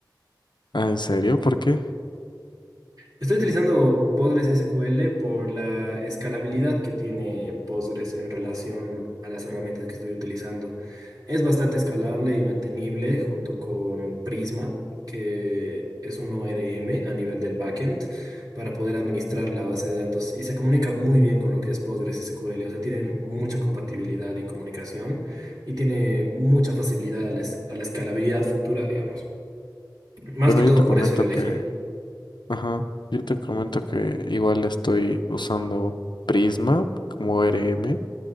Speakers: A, on the left (about 75°); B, on the right (about 55°).
A: Ah, ¿en serio? ¿Por qué?
B: Estoy utilizando Postgres SQL por la escalabilidad que tiene Postgres en relación a las herramientas que estoy utilizando. Es bastante escalable y mantenible junto con Prisma, que es un ORM a nivel del backend para poder administrar la base de datos y se comunica muy bien con lo que es Postgres SQL, o sea, tienen mucha compatibilidad y comunicación y tiene mucha facilidad a la, es- a la escalabilidad futura, digamos. Más
A: Bueno,
B: que todo
A: yo te
B: por
A: comento
B: eso lo elegí.
A: que... Ajá. Yo te comento que igual estoy usando Prisma como E R M,